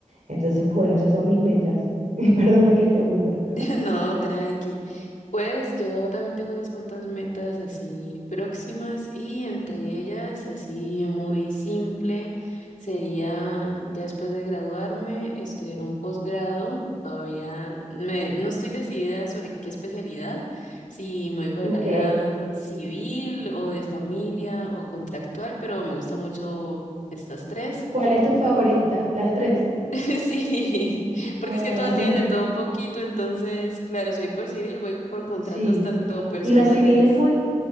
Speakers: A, on the right (about 75°); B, on the left (about 80°).
A: Entonces, bueno, esas son mis metas. <laughs> Perdona que te aburra.
B: <laughs> No, tranqui. Pues yo también tengo unas cuantas metas así próximas y entre ellas, así muy simple, sería ya después de graduarme, estudiar un posgrado. Todavía me, no estoy decidida sobre qué especialidad, si me voy por
A: Ok.
B: el área civil o de familia o contractual, pero me gusta mucho estas tres.
A: ¿Cuál es tu favorita? Las tres.
B: <laughs> Sí, porque
A: Ajá,
B: es que todas tienen de
A: <laughs>
B: todo un poquito, entonces, claro, soy por civil, voy por contratos
A: sí.
B: tanto personales.
A: Y la civil es muy,